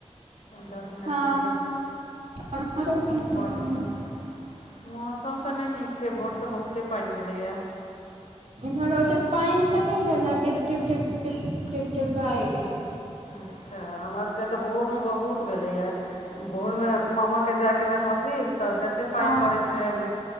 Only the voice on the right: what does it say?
हँ
और मौसम केहन
अय उम्हर?
एमहर ओते पानि तऽ नहि भेलैये टिप टिप टिप टिप टिप टिपाइये
हँ